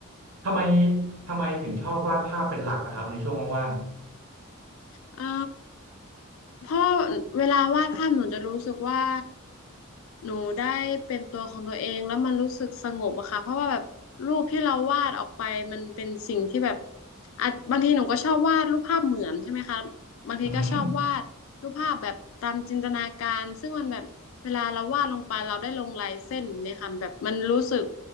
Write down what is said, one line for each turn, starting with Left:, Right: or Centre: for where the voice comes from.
Right: ทำไมทำไมถึงชอบวาดภาพเป็นหลักอะครับในช่วงว่าง
Left: เอ่อเพราะเวลาวาดภาพหนูจะรู้สึกว่าหนูได้เป็นตัวของตัวเองแล้วมันรู้สึกสงบอะค่ะเพราะว่าแบบรูปที่เราวาดออกไปมันเป็นสิ่งที่แบบอ่ะบางทีหนูก็ชอบวาดรูปภาพเหมือนใช่ไหมคะ
Right: ๆอืม
Left: บางทีก็ชอบวาดรูปภาพแบบตามจินตนาการซึ่งมันแบบเวลาเราวาดลงไปเราได้ลงลายเส้นแบบนี้ค่ะแบบมันรู้สึก